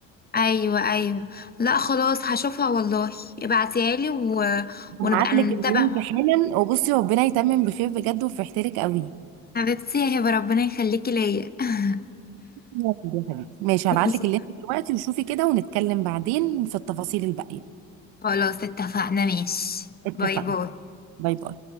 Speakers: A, on the left (about 25°); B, on the right (about 80°).
A: أيوة أيوة لا خلاص هشوفها والله ابعتيها لي و...
B: هبعت
A: ونبقى
B: لك
A: نتابع
B: اللينك
A: مع
B: حالا وبصي ربنا يتمم بخير بجد وفرحت لك قوي
A: حبيبتي يا هبة ربنا يخليكي ليا <laughs>
B: يا رب يا حبيبتي. ماشي
A: ماشي
B: هبعت لك اللينك
A: يا هبة.
B: دلوقتي وشوفي كده ونتكلم بعدين في التفاصيل الباقيه
A: خلاص اتفقنا ماشي
B: اتفقنا
A: باي باي
B: باي باي